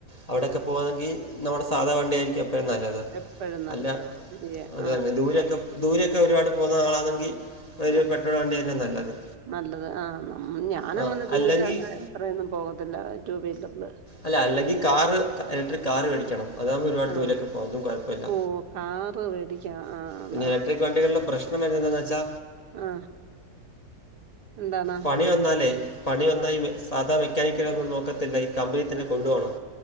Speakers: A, on the left; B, on the right.
A: അവിടെയൊക്കെ പോവാണെങ്കി നമ്മുടെ സാധാ വണ്ടിയായിരിക്കും എപ്പഴും നല്ലത്
B: എപ്പഴും നല്ലത്
A: അല്ല
B: ശരിയാ
A: അത്
B: ആ
A: തന്നെ
B: ശരിയാ
A: ദൂരൊക്കെ ദൂരൊക്കെ ഒരുപാട് പോകുന്ന ആളാണെങ്കിൽ ഒരു
B: ആ
A: പെട്രോൾ വണ്ടി. തന്നെ നല്ലത്
B: നല്ലത് ആഹ നമ്മ ഞാനങ്ങനെ
A: ആ
B: ദൂര
A: അല്ലെങ്കിൽ
B: അത്രയൊന്നും പോകത്തില്ല ടൂ വീലറില്
A: അല്ല അല്ലെങ്കിൽ കാറ് ഇലക്ട്രിക് കാറ് മേടിക്കണം. അതാകുമ്പോ ഒരുപാട്
B: ആ
A: ദൂരൊക്കെ പോകിം ഒന്നും കൊഴപ്പമില്ല
B: ഓ കാറ് വേടിക്കാ ആ
A: പിന്നെ
B: ആ
A: <unintelligible> വണ്ടികളുടെ പ്രശ്നം എന്തെന്നച്ചാ.
B: ആ എന്താണ്
A: പണി വന്നാലേ? പണി വന്ന
B: ആ
A: ഈ സാധാ മെക്കാനി കൊന്നും നോക്കത്തില്ല ഈ കമ്പനി തന്നെ കൊണ്ടു പോണം.